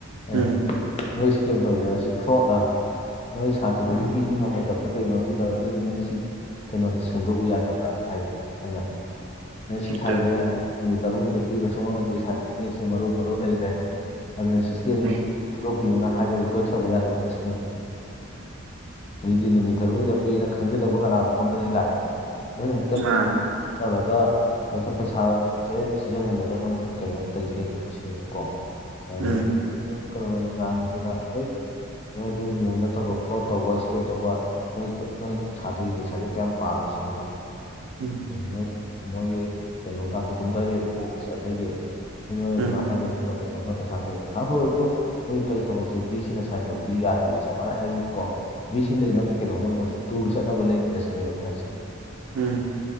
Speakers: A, on the right; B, on the left.
A: ꯎꯝ
B: ꯑꯦ ꯅꯣꯏ ꯏꯁꯀꯦꯝ ꯇꯧꯔꯤꯔ ꯁꯤ ꯐ꯭ꯔꯣꯠꯂꯥ ꯅꯣꯏ ꯁꯥꯇ꯭ꯔꯗꯒꯤ ꯄꯤꯕ ꯉꯝꯃꯣꯏꯗꯕꯗ ꯀꯩ ꯃꯔꯝꯒꯤꯗ ꯑꯗꯨꯗꯤ ꯅꯪ ꯁꯤ ꯀꯩꯅꯣꯗ ꯁꯦꯝꯗꯣꯛꯎ ꯌꯥꯗꯕ꯭ꯔꯅ ꯍꯥꯏꯕ ꯑꯩꯅ ꯑꯩꯅ ꯁꯤ
A: ꯑꯗꯨ
B: ꯊꯥꯏꯖꯦ ꯅꯨꯃꯤꯠ ꯇꯔꯨꯛꯅꯤꯗ ꯄꯤꯕ ꯁꯨꯉꯝ ꯉꯝꯗꯦ ꯁꯥꯔꯇꯤꯐꯤꯒꯦꯠꯁꯦ ꯃꯔꯣꯟ ꯃꯔꯣꯟ ꯂꯩꯒ꯭ꯔꯦ ꯑꯗꯨꯅ ꯁꯤꯁꯇꯦꯝꯖꯦ
A: ꯎꯝ
B: ꯁꯦꯝꯗꯣꯛꯄꯤꯌꯨꯅ ꯍꯥꯏꯕ ꯔꯤꯀ꯭ꯋꯦꯁ ꯇꯧꯕ ꯌꯥꯗꯕ꯭ꯔꯥ ꯁꯤꯅꯦꯕ ꯃꯤꯗꯤ ꯅꯨꯃꯤꯠ ꯇꯔꯨꯛꯅꯤꯗ ꯄꯤꯌꯦꯅ ꯈꯪꯖꯗꯕ ꯀꯅꯥꯒꯨꯝꯕ ꯑꯃꯗꯗꯤ ꯂꯥꯛꯏꯅꯦ ꯅꯣꯏꯅ ꯍꯦꯛꯇ
A: ꯃꯥ
B: ꯇꯧꯔꯒ ꯍꯦꯛꯇ ꯄꯩꯁꯥꯖꯦ ꯊꯤꯖꯜꯍꯜꯂꯒ ꯅꯣꯏꯅ ꯀꯩꯅꯣ ꯇꯧꯏꯖꯦ ꯀꯩꯒꯤꯅꯣ ꯁꯤꯅꯤꯗ ꯀꯣ ꯑꯗꯒꯤ
A: ꯎꯝ
B: ꯑꯗꯨꯝ ꯀꯩꯅꯣ ꯅꯍꯥꯟꯒꯤ ꯃꯤꯅ ꯑꯩꯠ ꯅꯣꯏ ꯑꯗꯨꯝ ꯅꯤꯌꯣꯝ ꯅꯠꯇꯕ ꯐ꯭ꯔꯣꯗ ꯇꯧꯕ ꯏꯁꯀꯦꯝ ꯇꯧꯕ ꯅꯣꯏ ꯅꯣꯏ ꯁꯥꯇ꯭ꯔꯒꯤ ꯄꯩꯁꯥꯥꯖꯦ ꯀꯌꯥꯝ ꯄꯥꯝꯒꯦ ꯁꯤꯅꯦꯕ
A: ꯎꯝ
B: ꯅꯣꯏ ꯃꯣꯏꯒꯤ ꯀꯩꯅꯣ ꯒꯥꯇꯣ ꯀꯨꯝꯗꯔꯛꯑꯦꯕ ꯑꯣꯐꯤꯁ ꯑꯇꯩꯒꯤ ꯍꯦ ꯅꯣꯏ ꯑꯗꯨꯃꯥꯏ
A: ꯎꯝ
B: ꯍꯥꯏꯗꯣ ꯍꯦꯟꯃꯜꯂꯦ ꯈꯣꯠꯃꯜꯂꯦ ꯁꯥꯇ꯭ꯔ ꯑꯣꯏꯔꯖꯨ ꯁꯥꯇ꯭ꯔ ꯑꯣꯏꯔꯖꯨ ꯅꯣꯏ ꯇꯧꯔꯤ ꯊꯕꯛꯁꯦ ꯚꯤ ꯁꯤ ꯅ ꯁꯥꯏꯟ ꯇꯧꯕꯤꯌꯨ ꯌꯥꯗꯦ ꯆꯞ ꯃꯥꯟꯅꯅ ꯍꯥꯏꯔꯤꯕꯀꯣ ꯚꯤ ꯁꯤ ꯂꯩꯅꯕꯖꯦ ꯀꯩꯗꯧꯅꯕꯅꯣ ꯁꯤ ꯇꯨꯔ ꯆꯠꯅꯕ ꯂꯩꯔꯤꯔ ꯁꯤꯅꯦꯕ ꯑꯩꯅ ꯍꯥꯏꯖꯦ
A: ꯎꯝ